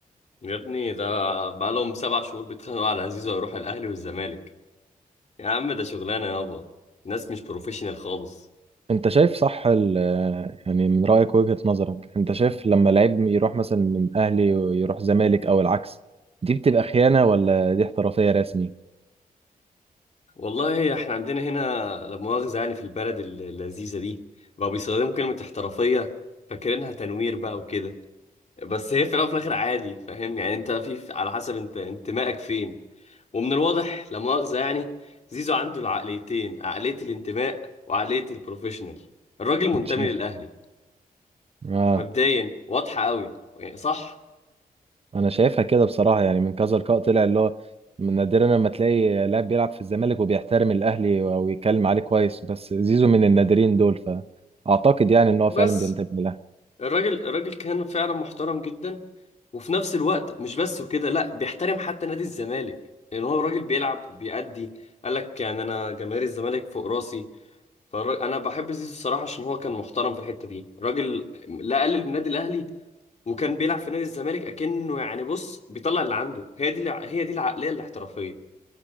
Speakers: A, on the left; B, on the right.
A: يا ابني ده بقالهم سبع شهور بيتخانقوا على زيزو هيروح الاهلي والزمالك يا عم ده شغلانه يابا ناس مش بروفيشنال خالص
B: انت شايف صح ال- يعني من رايك وجهه نظرك انت شايف لما لعيب يروح مثلا من اهلي ويروح زمالك او العكس دي بتبقى خيانه ولا دي احترافيه رسمي
A: والله احنا عندنا هنا لا مؤاخذة يعني في البلد الل- اللذيذة دي بقوا بيستخدموا كلمة احترافية فاكرينها تنوير بقى وكده بس هي في الأول وفي الآخر عادي فاهم يعني انت في في- على حسب انت انتمائك فين ومن الواضح لا مؤاخذة يعني زيزو عنده العقليتين عقلية الانتماء وعقلية البروفيشنال الراجل منتمي
B: انت شايف
A: للأهلي
B: اه
A: مبدئيا واضحة قوي يعني صح
B: انا شايفها كده بصراحه يعني من كذا لقاء طلع اللي هو من نادرا لما تلاقي لاعب بيلعب في الزمالك وبيحترم الاهلي ويتكلم عليه كويس بس زيزو من النادرين دول فاعتقد يعني ان هو
A: بس
B: فعلا بينتمي للاهلي
A: الراجل الراجل كان فعلا محترم جدا وفي نفس الوقت مش بس وكده لا بيحترم حتى نادي الزمالك لان هو الراجل بيلعب وبيأدي قال لك يعني انا جماهير الزمالك فوق راسي فانا بحب زيزو الصراحه عشان هو كان محترم في الحته دي راجل لا قلل من النادي الاهلي وكان بيلعب في نادي الزمالك اكنه يعني بص بيطلع اللي عنده هي دي الع- هي دي العقليه الاحترافيه